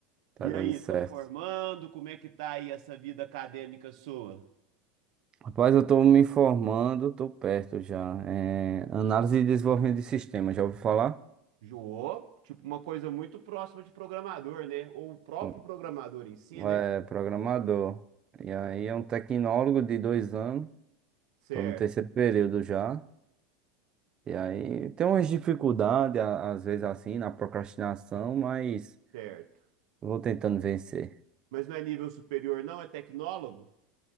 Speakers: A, on the right (about 30°); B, on the right (about 75°).
A: Tá
B: E
A: dando
B: aí,
A: certo.
B: tá formando? Como é que tá aí essa vida acadêmica sua?
A: Rapaz, eu tô me informando, tô perto já. É, análise e desenvolvimento de sistema, já ouviu falar?
B: Jô, tipo uma coisa muito próxima de programador, né? Ou o próprio
A: Bom,
B: programador em si,
A: É
B: né?
A: programador. E aí é um tecnólogo de dois anos,
B: Certo,
A: tô no terceiro período já. E aí tem umas dificuldades, a- às vezes assim, na procrastinação, mas
B: certo.
A: eu vou tentando vencer.
B: Mas não é nível superior, não, é tecnólogo?